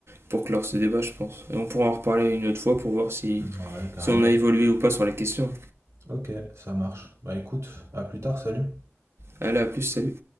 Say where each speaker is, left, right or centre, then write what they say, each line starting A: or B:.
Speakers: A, on the right; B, on the right.
A: pour clore ce débat, je pense. Et on pourra en reparler une autre fois pour voir si,
B: Ouais, carrément.
A: si on a évolué ou pas sur la question.
B: Ok, ça marche. Bah écoute, à plus tard, salut.
A: Allez, à plus, salut.